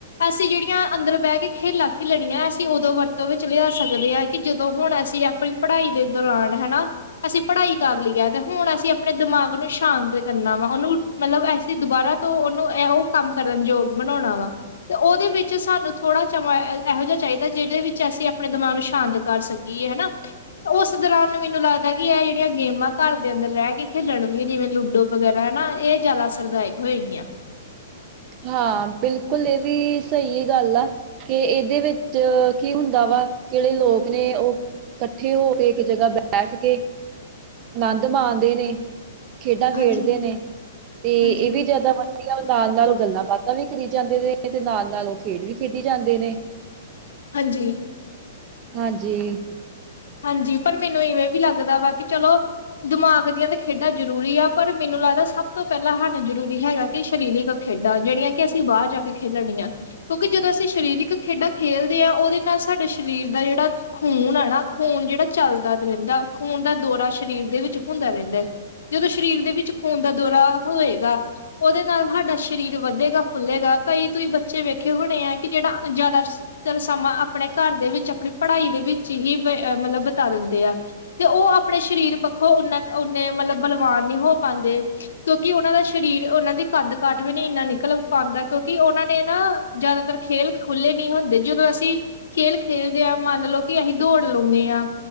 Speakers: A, on the left; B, on the right.
A: ਅਸੀਂ ਜਿਹੜੀਆਂ, ਅੰਦਰ ਬਹਿ ਕੇ ਖੇਲਾ ਖੇਲਣੀਆਂ, ਅਸੀਂ ਉਦੋਂ ਵਰਤੋਂ ਵਿੱਚ ਲਿਆ ਸਕਦੇ ਹਾਂ, ਕਿ ਜਦੋਂ ਤੇ ਹੁਣ, ਅਸੀਂ ਆਪਣੀ ਪੜ੍ਹਾਈ ਦੇ ਦੌਰਾਨ ਹਨਾ ਅਸੀਂ, ਪੜ੍ਹਾਈ ਕਰ ਲਈ ਹੈ, ਤੇ ਹੁਣ ਅਸੀਂ ਆਪਣੇ ਦਿਮਾਗ ਨੂੰ ਸ਼ਾਂਤ, ਕਰਨਾ ਵਾ ਉਹਨੂੰ ਮਤਲਬ, ਅਸੀਂ ਦੁਬਾਰਾ ਤੋਂ ਉਹਨੂੰ, ਇਹੋ ਕੰਮ ਕਰਨ ਯੋਗ ਬਣਾਉਣਾ ਵਾ। ਤੇ ਉਹਦੇ ਵਿੱਚ, ਸਾਨੂੰ ਥੋੜਾ ਸਮਾਂ ਇਹੋ ਜਿਹਾ ਚਾਹੀਦਾ, ਜਿਹਦੇ ਵਿੱਚ ਅਸੀਂ ਆਪਣੇ, ਦਿਮਾਗ ਨੂੰ ਸ਼ਾਂਤ ਕਰ ਸਕੀਏ ਹਨਾ ਉਸ ਦੌਰਾਨ, ਮੈਨੂੰ ਲੱਗਦਾ ਕਿ ਇਹ ਜਿਹੜੀਆਂ ਗੇਮਾਂ ਘਰ ਦੇ ਅੰਦਰ ਰਹਿ ਕੇ ਖੇਲਣ ਵਾਲਿਆ, ਜਿਵੇਂ ਲੂਡੋ ਵਗੈਰਾ ਹਨਾ, ਇਹ ਜ਼ਿਆਦਾ ਅਸਰਦਾਇਕ ਹੋਏਗੀਆਂ।
B: ਹਾਂ, ਬਿਲਕੁਲ ਇਹ ਵੀ ਸਹੀ ਗੱਲ ਆ। ਕਿ ਇਹਦੇ ਵਿੱਚ ਕੀ ਹੁੰਦਾ ਵਾ, ਕਿਹੜੇ ਲੋਕ ਨੇ ਉਹ ਇਕੱਠੇ ਹੋ ਕੇ, ਇੱਕ ਜਗ੍ਹਾ ਬੈਠ ਕੇ, ਆਨੰਦ ਮਾਣਦੇ ਨੇ ਖੇਡਾਂ ਖੇਡਦੇ
A: ਹਾਂਜੀ,
B: ਨੇ, ਤੇ
A: ਹਾਂਜੀ,
B: ਇਹ ਵੀ ਜਿਆਦਾ ਵਧੀਆ, ਨਾਲ -ਨਾਲ ਗੱਲਾਂ-ਬਾਤਾਂ ਵੀ ਕਰੀ ਜਾਂਦੇ ਨੇ, ਤੇ ਨਾਲ-ਨਾਲ ਉਹ ਖੇਡ ਵੀ ਖੇਡੀ ਜਾਂਦੇ ਨੇ।
A: ਹਾਂਜੀ।
B: ਹਾਂਜੀ।
A: ਹਾਂਜੀ, ਪਰ ਮੈਨੂੰ ਇਵੇਂ ਵੀ ਲੱਗਦਾ ਵਾ ਕਿ ਚਲੋ ਦਿਮਾਗ ਦੀਆਂ ਤੇ, ਖੇਡਾਂ ਜ਼ਰੂਰੀ ਆ, ਪਰ ਮੈਨੂੰ ਲੱਗਦਾ ਸਭ ਤੋਂ ਪਹਿਲਾਂ ਸਾਨੂੰ ਜ਼ਰੂਰੀ ਹੈਗਾ, ਕਿ ਸ਼ਰੀਰਕ ਖੇਡਾਂ, ਜਿਹੜੀਆਂ ਕਿ ਅਸੀਂ ਬਾਹਰ ਜਾ ਕੇ ਖੇਲਣੀਆਂ। ਕਿਉਂਕਿ ਜਦੋਂ ਅਸੀਂ ਸ਼ਰੀਰਕ ਖੇਡਾਂ ਖੇਲਦੇ ਆ ਉਹਦੇ ਨਾਲ ਸਾਡੇ ਸ਼ਰੀਰ ਦਾ ਜਿਹੜਾ ਖੂਣ ਆ ਣਾ ਖੂਨ ਜਿਹੜਾ, ਚੱਲਦਾ ਰਹਿੰਦਾ ਖੂਨ ਦਾ ਦੌਰਾ ਸਰੀਰ ਦੇ ਵਿੱਚ ਹੁੰਦਾ, ਰਹਿੰਦਾ ਹੈ। ਜਦੋਂ, ਸਰੀਰ ਦੇ ਵਿੱਚ, ਖੂਨ ਦਾ ਦੌਰਾ ਹੋਵੇਗਾ ਉਹਦੇ ਨਾਲ ਹਾਡਾ ਸ਼ਰੀਰ ਵੱਧੇਗਾ ਫੁੱਲੇਗਾ ਕਈ ਤੁਸੀਂ ਬੱਚੇ ਵੇਖੇ ਹੋਣੇ ਆ ਕਿ ਜਿਹੜਾ ਜ਼ਿਆਦਾ ਚ ਸਮਾਂ, ਆਪਣੇ ਘਰ ਦੇ ਵਿੱਚ, ਆਪਣੀ ਪੜ੍ਹਾਈ ਦੇ ਵਿੱਚ, ਹੀ ਮਤਲਬ ਬਿਤਾ ਦਿੰਦੇ ਆ। ਤੇ ਉਹ, ਆਪਣੇ ਸਰੀਰ ਪੱਖੋਂ ਉਨੇ, ਮਤਲਬ, ਬਲਵਾਨ ਨੀ ਹੋ ਪਾਉਂਦੇ। ਕਿਉਂਕਿ, ਉਹਨਾਂ ਦਾ ਸਰੀਰ ਉਹਨਾਂ ਦੀ ਕਦ ਕਾਠ, ਵੀ ਨੀ ਇੰਨਾ ਨਿਕਲ ਪਾਉਂਦਾ ਕਿਉਂਕਿ, ਉਹਨਾਂ ਨੇ ਨਾ ਜ਼ਿਆਦਾਤਰ ਖੇਲ, ਖੁੱਲ੍ਹੇ ਨਹੀਂ ਹੁੰਦੇ, ਜਦੋਂ ਅਸੀਂ ਖੇਲ ਖੇਲਦੇ ਹਾਂ ਮੰਨ ਲਓ ਕਿ, ਅਸੀਂ ਦੌੜ ਲਾਉਂਦੇ ਹਾਂ।